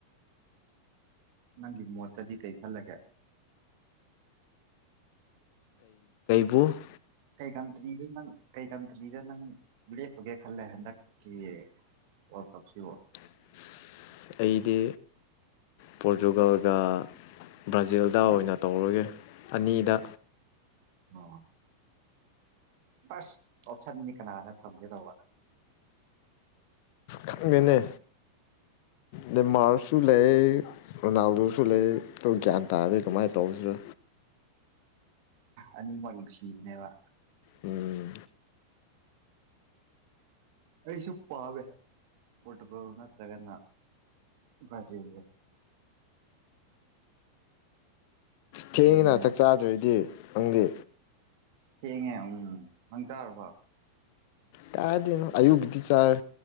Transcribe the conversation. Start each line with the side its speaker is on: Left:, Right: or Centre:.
Right: ꯅꯪꯒꯤ ꯃꯣꯠꯇꯗꯤ ꯀꯩ ꯈꯜꯂꯒꯦ
Left: ꯨ <inaudible>
Right: ꯀꯩ ꯀꯟꯇ꯭ꯔꯤꯗ ꯅꯪ ꯀꯩ ꯀꯟꯇ꯭ꯔꯤꯗ ꯅꯪ ꯂꯦꯞꯄꯒꯦ ꯈꯜꯂꯦ ꯍꯟꯗꯛꯀꯤ ꯋꯔꯜ ꯀꯞꯁꯤꯕꯣ
Left: ꯑꯁ ꯑꯩꯗꯤ ꯄꯣꯔꯇꯨꯒꯜꯒ ꯕ꯭ꯔꯥꯖꯤꯜꯗ ꯑꯣꯏꯅ ꯇꯧꯔꯒꯦ ꯑꯅꯤꯗ
Right: ꯑꯥ ꯐꯥꯔꯁ ꯑꯣꯞꯁꯟꯗꯤ ꯀꯅꯥꯗ ꯊꯝꯒꯦ ꯇꯧꯕ
Left: ꯈꯪꯗꯦꯅꯦ
Right: <inaudible>
Left: ꯅꯦꯃꯥꯔꯁꯨ ꯂꯩ ꯔꯣꯅꯥꯜꯗꯣꯁꯨ ꯂꯩ ꯑꯩꯗꯣ ꯒ꯭ꯌꯥꯟ ꯇꯗꯦ ꯀꯃꯥꯏ ꯇꯧꯁꯤꯔ
Right: ꯑꯅꯤꯃꯛ ꯅꯨꯡꯁꯤꯕꯅꯦꯕ
Left: ꯎꯝ
Right: ꯑꯩꯁꯨ ꯄꯥꯝꯃꯦ ꯄꯣꯇꯔꯨꯒꯜ ꯅꯠꯇ꯭ꯔꯒꯅ ꯕ꯭ꯔꯖꯤꯜꯖꯦ
Left: ꯊꯦꯡꯉꯤꯅ
Right: ꯑꯗꯨꯅꯦꯕ
Left: ꯆꯥꯛ ꯆꯥꯗ꯭ꯔꯦꯗꯤ ꯅꯪꯗꯤ
Right: ꯊꯦꯡꯉꯦ ꯎꯝ ꯅꯪ ꯆꯥꯔꯕ
Left: ꯀꯥꯏꯗꯩꯅꯣ ꯑꯌꯨꯒꯤꯗꯤ ꯆꯥꯔꯦ